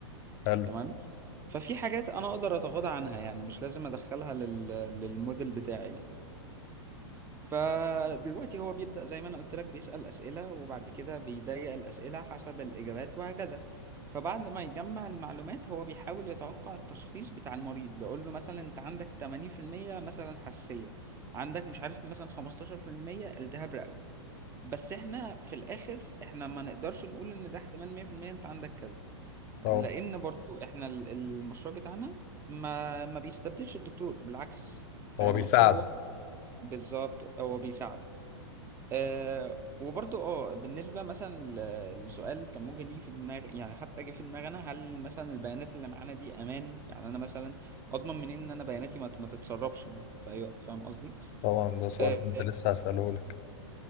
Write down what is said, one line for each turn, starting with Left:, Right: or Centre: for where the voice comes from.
Left: حلو
Right: تمام ففي حاجات انا اقدر اتغاضى عنها يعني مش لازم ادخلها لل... للموديل بتاعي يعني فدلوقتي هو بيبدأ زي ما انا قلت لك بيسأل أسئلة وبعد كده بيضيق الأسئلة حسب الإجابات وهكذا فبعد ما يجمع المعلومات هو بيحاول يتوقع التشخيص بتاع المريض يقول له مثلا انت عندك 80% مثلا حساسية عندك مش عارف مثلا 15% التهاب رئوي بس احنا في الاخر احنا ما نقدرش نقول ان ده احتمال 100% انت عندك كذا
Left: طبعا.
Right: لان برضو احنا ال- المشروع بتاعنا ما ما بيستبدلش الدكتور بالعكس فاهم
Left: هو بيساعدوا
Right: قصدي هو بالظبط هو بيساعد آه وبرضو اه بالنسبة مثلا ل- لسؤال كان ممكن يجي في دماغ يعني حتى جه في دماغي انا هل مثلا البيانات اللي معانا دي امان يعني انا مثلا اضمن منين ان انا بياناتي ما, ما تتسربش مثلا في اي وقت فاهم قصدي؟
Left: طبعا ده سؤال
Right: اه
Left: كنت لسه هسأله لك